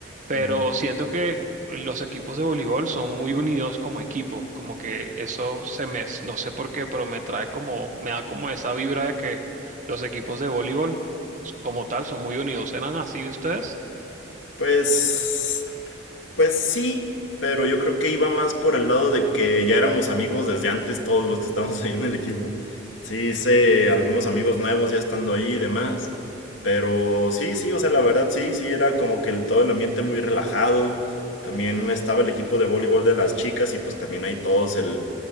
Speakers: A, on the right (about 40°); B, on the left (about 80°).
A: Pero
B: Ujú.
A: siento que los equipos de voleibol son muy unidos como equipo, como que eso se me, no sé por qué, pero me trae como, me da como esa vibra de que los equipos de voleibol como tal son muy unidos. ¿Eran así ustedes?
B: Pues Pues sí, pero yo creo que iba más por el lado de que ya éramos amigos desde antes todos los que estábamos ahí en el equipo. Sí hice algunos amigos nuevos ya estando ahí y demás. Pero sí, sí, o sea, la verdad sí, sí, era como que el, todo el ambiente muy relajado. También estaba el equipo de voleibol de las chicas y pues también ahí todos el,